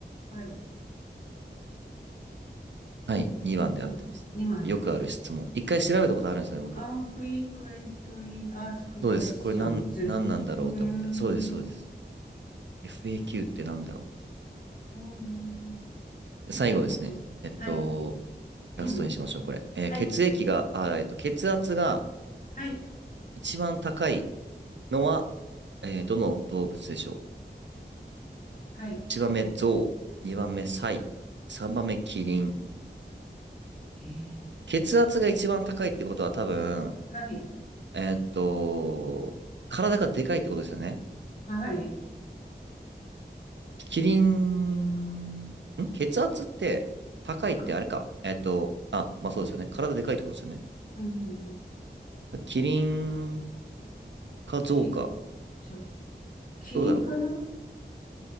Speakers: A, on the left (about 45°); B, on the right (about 75°).
A: はい。
B: はい、2番で合ってます。
A: はい。2万ですか
B: そうよくある質問。一回調べたことあるんですよね、僕。
A: あ、frequently asked
B: そうです。
A: questions。
B: これなん、
A: うーん、
B: なんなんだろうって思って。そうです、そうです。
A: う
B: FAQ ってなんだろうって。
A: ーん、
B: で最後ですね。
A: なるほど。
B: えっと、
A: はい。<coughs>
B: ラストにしましょう、これ。
A: <clears throat>
B: えー血液が、
A: はい。
B: あ、えっと、血圧が
A: はい。
B: 一番高いのは、えーどの動物でしょ
A: はい。
B: う ?1 番目、ゾウ。2番目、サイ。3番目、キリン。
A: えー、
B: 血圧が一番高いってことは多分、
A: はい。
B: えっと、体がでかいってことですよね。
A: はい。
B: キリン、ん血圧って高いってあれか。
A: あ、
B: えっと、あ、まあそうですよね。体でかいってことですよね。
A: うん。
B: キリン、か増か。
A: き、ちょ、キリンかな
B: どうだろう。